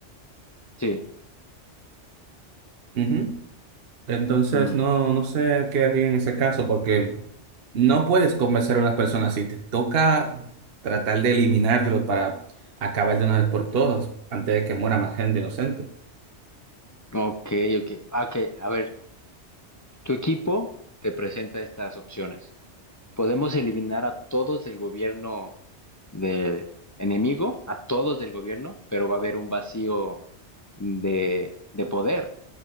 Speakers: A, on the left; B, on the right.
A: Sí.
B: Ujú. Entonces,
A: Mm,
B: no, no sé qué haría en ese caso, porque no puedes convencer a unas personas así. Te toca tratar de eliminarlos para acabar de una vez por todas, antes de que muera más gente inocente.
A: ok, ok, ah, ok, a ver. Tu equipo te presenta estas opciones. Podemos eliminar a todos del gobierno de enemigo, a todos del gobierno, pero va a haber un vacío de, de poder.